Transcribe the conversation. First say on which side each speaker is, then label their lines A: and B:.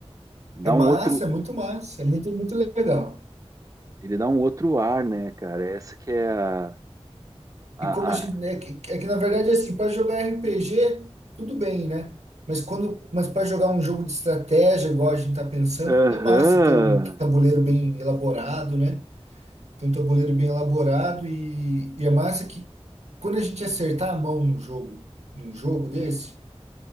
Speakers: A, on the right; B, on the right.
A: dá
B: É massa,
A: um outro,
B: é muito massa. É muito, muito legal.
A: ele dá um outro ar, né, cara? Essa que é a, a,
B: E como a
A: a...
B: gente, né, que- é que na verdade assim, para jogar RPG, tudo bem, né? Mas quando, mas para jogar um jogo de estratégia, igual a gente tá pensando,
A: Aham.
B: é massa ter um tabuleiro bem elaborado, né? Ter um tabuleiro bem elaborado e, e é massa que quando a gente acertar a mão no jogo, num jogo desse,